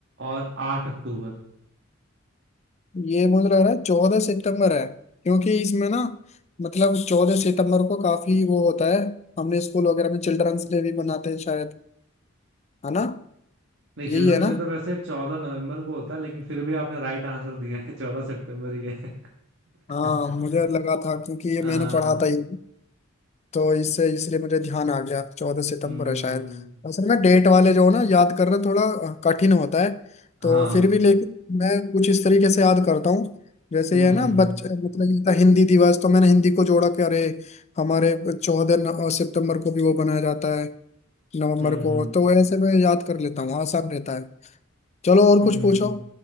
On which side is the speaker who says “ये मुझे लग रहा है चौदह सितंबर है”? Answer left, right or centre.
Left